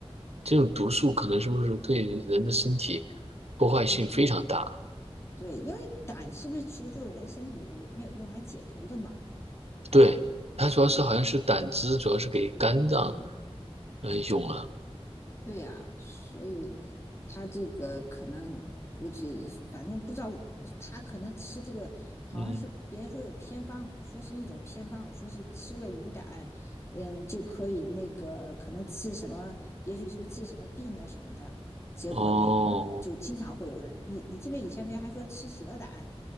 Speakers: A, on the right; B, on the left.
A: 这种毒素可能是不是对人的身体破坏性非常大？
B: 嗯对，因为胆是不是其实就是人身体里面用来解毒的嘛？
A: 对，它主要是好像是胆汁，
B: 对呀、
A: 主要是给肝脏
B: 嗯。
A: 嗯用了，
B: 对呀、所以他这个可能估计，反正不知道我他可能吃这个好像是别人说有偏方，
A: 嗯，
B: 说是一种偏方，说是吃了鱼胆，嗯，就可以那个可能治什么，也许是不是治什么病啊什么的。结果那个就经常会有人，
A: 哦
B: 你你记不记得以前别人还说吃蛇胆，